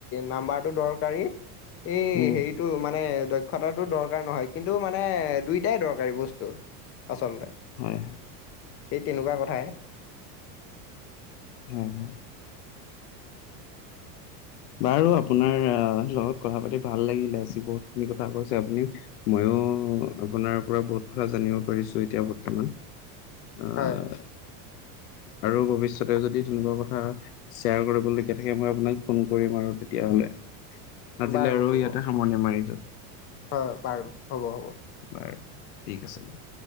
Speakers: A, on the left; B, on the left.
A: নাম্বাৰ- টো দৰকাৰী- এই
B: উম
A: হেৰিটো মানে- দক্ষতাটো দৰকাৰ নহয়, কিন্তু মানে দুইটাই দৰকাৰী বস্তু। আচলতে-
B: হয়
A: এই তেনেকুৱা কথাই।
B: হয়-হয়। বাৰু আপোনাৰ লগত কথা পাতি ভাল লাগিলে। আজি বহুতখিনি কথা কৈছে আপুনি। ময়ো আপোনাৰ পৰা বহুত কথা জানিব পাৰিছো এতিয়া, বৰ্তমান। অ'
A: হয়
B: আৰু ভৱিষ্যতে যদি তেনেকুৱা কথা শ্বেয়াৰ কৰিবলগীয়া থাকে, মই আপোনাক- ফোন কৰিম আৰু তেতিয়াহ'লে। আজিলে
A: বাৰু
B: আৰু
A: হ'ব
B: ইয়াতে সামৰণি মাৰি যল।
A: হয়, বাৰু হ'ব-হ'ব।
B: বাৰু ঠিক আছে দিয়ক।